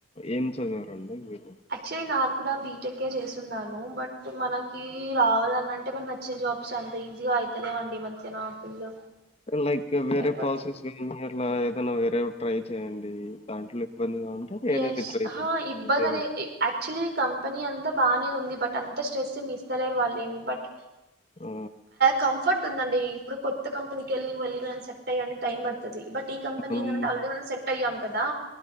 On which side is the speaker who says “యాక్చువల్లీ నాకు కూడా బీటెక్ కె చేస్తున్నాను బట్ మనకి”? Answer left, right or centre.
Right